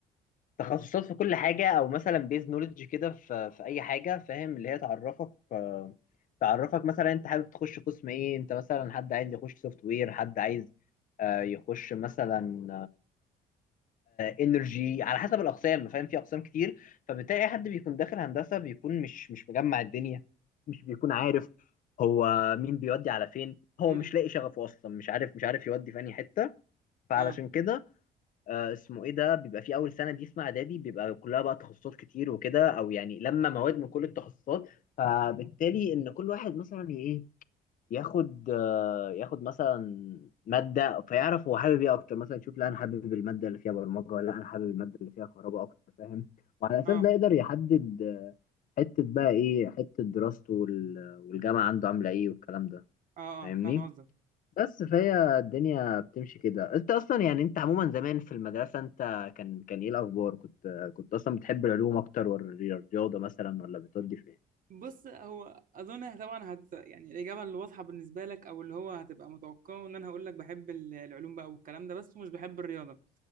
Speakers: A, on the left; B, on the right.
A: تخصصات في كل حاجة أو مثلا بيز نولج كده في في أي حاجة فاهم اللي هي تعرفك آه، تعرفك مثلا أنت حابب تخش قسم إيه أنت مثلا حد عايز يخش سوفت وير حد عايز آه، يخش مثلا انرجي على حسب الأقسام فاهم في أقسام كتير فبتلاقي أي حد بيكون داخل هندسة بيكون مش مش مجمع الدنيا مش بيكون عارف هو مين بيودي على فين هو
B: امم
A: مش لاقي شغفه أصلا مش عارف مش عارف يودي في أي حتة فعلشان
B: آه
A: كده آه، اسمه ايه ده بيبقى في اول سنه دي اسمها اعدادي بيبقى كلها بقى تخصصات كتير وكده او يعني لما مواد من كل التخصصات فبالتالي ان كل واحد مثلا ي- ايه ياخد آه، ياخد مثلا ماده فيعرف هو حابب ايه اكتر مثلا يشوف لا انا حابب الماده اللي فيها برمجه ولا انا حابب الماده اللي فيها كهرباء اكتر فاهم وعلى اساس
B: آه
A: ده يقدر يحدد آه، حته بقى ايه حته دراسته وال- والجامعه عنده عامله ايه والكلام ده
B: آه
A: فاهمني
B: آه فاهم قصدك
A: بس فهي الدنيا بتمشي كده انت اصلا يعني انت عموما زمان في المدرسه انت كان كان ايه الاخبار كنت كنت اصلا بتحب العلوم اكتر ولا الرياضه مثلا ولا بتودي في ايه
B: بص هو اظن طبعا هت يعني الاجابه اللي واضحه بالنسبه لك او اللي هو هتبقى متوقعه ان انا هقول لك بحب ال- العلوم بقى والكلام ده بس ومش بحب الرياضه